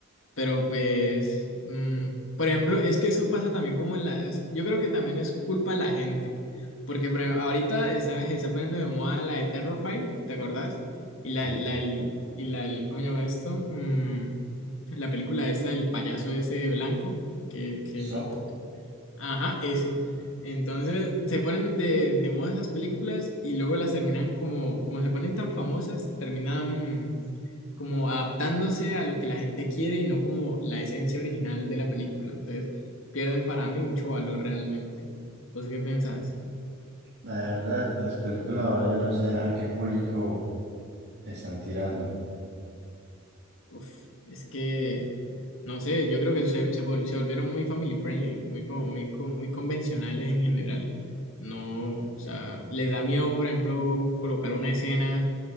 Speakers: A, on the left; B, on the right.
A: Pero pues, mm, por ejemplo, es que eso pasa también como en la... es- Yo creo que también es culpa de la gente, porque por ejemplo, ahorita está, se está poniendo de moda la de Terrify, ¿te acordás? Y la,
B: Sí.
A: la, el- y la, el- ¿cómo se llama esto? Mm, la película esta del payaso ese blanco, que, que
B: So,
A: no te- Ajá, ese. Entonces, se ponen de, de moda esas películas y luego las terminan como, como se ponen tan famosas, terminan como adaptándose a lo que la gente quiere y no como la esencia original de la película. Entonces, pierden para mí mucho valor realmente. ¿Vos qué pensás?
B: la verdad, las películas ahora yo no sé a qué público están tirando.
A: Uf, es que, no sé, yo creo que se, se, vol- se volvieron muy family friendly, muy, como, muy, como muy convencionales en general. No, o sea, les da miedo, por ejemplo, colocar una escena